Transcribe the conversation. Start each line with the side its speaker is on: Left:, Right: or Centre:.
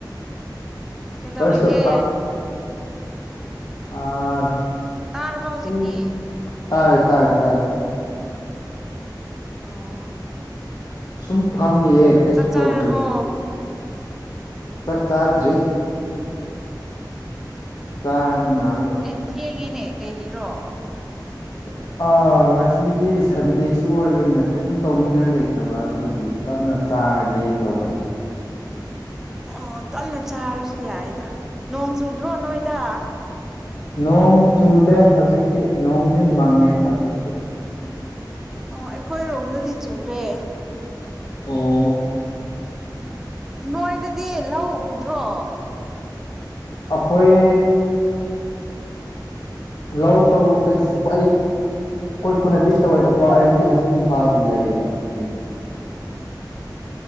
Centre: ꯀꯩꯗꯧꯔꯤꯒꯦ
Left: ꯐꯥꯔꯁꯇꯣ ꯑꯥ
Centre: ꯇꯥꯔꯔꯕ ꯍꯧꯖꯤꯛꯇꯤ
Left: ꯁꯨꯝ ꯇꯥꯔꯦ ꯇꯥꯥꯏꯦ ꯇꯥꯔꯦ
Centre: ꯑꯣ
Left: ꯁꯨꯝ ꯐꯝꯃꯤꯌꯦ ꯀꯩꯁꯨ
Centre: ꯆꯥꯛ ꯆꯥꯔꯕꯣ
Left: ꯇꯧꯗꯦ ꯆꯥꯛ ꯆꯥꯗ꯭ꯔꯤ ꯇꯥꯅꯤꯡꯉ
Centre: ꯑꯦ ꯊꯦꯡꯉꯤꯅꯦ ꯀꯩꯒꯤꯔꯣ
Left: ꯎ ꯑ ꯉꯁꯤꯗꯤ ꯁꯟꯗꯦꯁꯨ ꯑꯣꯏꯕꯅꯤꯅ ꯀꯔꯤꯝ ꯇꯧꯅꯤꯡꯉꯥꯏ ꯂꯩꯇꯕ ꯑꯗꯨꯒꯤ ꯇꯞꯅ ꯆꯥꯔꯒꯦ ꯇꯧꯕꯅꯤ
Centre: ꯑꯣ ꯇꯅ ꯆꯥꯔ ꯁꯨ ꯌꯥꯏꯗ ꯅꯣꯡ ꯆꯨꯗ꯭ꯔꯣ ꯅꯣꯏꯗ
Left: ꯅꯣꯡ ꯆꯨꯗꯦ ꯍꯧꯖꯤꯛꯇꯤ ꯅꯣꯡꯗꯤ ꯃꯪꯉꯦ ꯍꯧꯖꯤꯛꯄꯨ
Centre: ꯑꯣ ꯑꯩꯈꯣꯏ ꯔꯣꯝꯗꯗꯤ ꯆꯨꯔꯦ
Left: ꯑꯣ
Centre: ꯅꯣꯏꯗꯗꯤ ꯂꯧ ꯎꯗ꯭ꯔꯣ
Left: ꯑꯈꯣꯏ ꯂꯧ ꯇꯁꯄꯏ ꯑꯩꯣꯏ ꯈꯨꯅꯗꯤ ꯇꯧꯋꯦꯕꯀꯣ ꯑꯩꯗꯤ ꯍꯧꯖꯤꯛ ꯏꯝꯐꯥꯜꯗ ꯂꯩꯌꯦꯕ ꯑꯗꯨꯒꯤ
Centre: ꯎꯝ ꯎꯝ